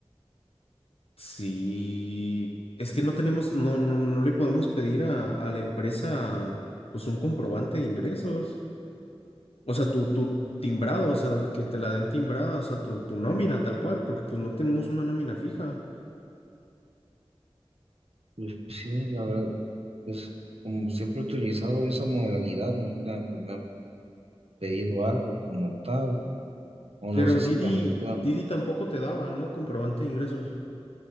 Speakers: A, on the left; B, on the right.
A: Sí, es que no tenemos, no, no, no le podemos pedir a, a la empresa pues un comprobante de ingresos. O sea, tu, tu timbrado, o sea, que te la den timbrada, o sea, tu, tu nómina tal cual, porque pues no tenemos una nómina fija.
B: Pues sí, la verdad, pues como siempre he utilizado esa modalidad, nunca pues, me han pedido algo como tal. O
A: Pero
B: no sé si
A: Didi,
B: también fue-
A: Didi tampoco te daba, ¿no? Comprobante de ingresos.